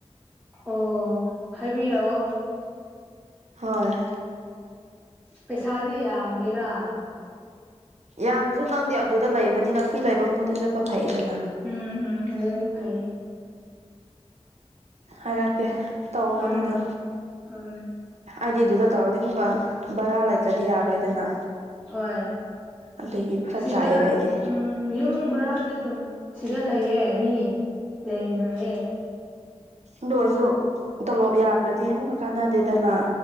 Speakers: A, in the centre; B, on the right.
A: ꯑꯣ ꯍꯥꯏꯕꯤꯔꯛꯑꯣ
B: ꯍꯣꯏ
A: ꯄꯩꯁꯥꯗꯤ ꯌꯥꯝꯒꯦꯔꯥ
B: ꯌꯥꯝꯗ꯭ꯔꯁꯨ ꯅꯪꯗꯤ ꯑꯗꯨꯗ ꯂꯩꯕꯅꯤꯅ ꯐ꯭ꯔꯤ ꯂꯩꯕ ꯃꯍꯨꯠꯇꯤ ꯆꯠꯄ ꯐꯩꯗꯅ
A: ꯎꯝ ꯎꯝ ꯑꯗꯨ ꯐꯩꯌꯦ
B: ꯍꯥꯏꯔꯛꯀꯦ ꯇꯧꯑꯣ
A: ꯎꯝ
B: ꯑꯗꯨꯗ
A: ꯎꯝ
B: ꯑꯩꯗꯤ ꯑꯗꯨꯗ ꯇꯧꯔꯗꯤ ꯑꯃꯨꯛꯀ ꯕꯔꯥ ꯂꯩꯇ꯭ꯔꯗꯤ ꯌꯥꯔꯣꯏꯗꯅ
A: ꯍꯣꯏ
B: ꯑꯗꯨꯒꯤ ꯐꯔꯛ
A: ꯑꯁꯤꯗ
B: ꯇꯥꯏꯌꯦꯕ ꯑꯩꯗꯤ
A: ꯎꯝ ꯌꯨꯝ ꯕꯔꯥꯗꯤ ꯑꯗꯨꯝ ꯁꯤꯗ ꯂꯩꯌꯦ ꯃꯤ ꯂꯩꯅꯩꯌꯦ
B: ꯑꯗꯨ ꯑꯣꯏꯔꯁꯨ ꯇꯣꯂꯣꯞ ꯌꯥꯝꯗ꯭ꯔꯗꯤ ꯑꯃꯨꯛꯀ ꯀꯥꯟꯅꯗꯦꯗꯅ꯫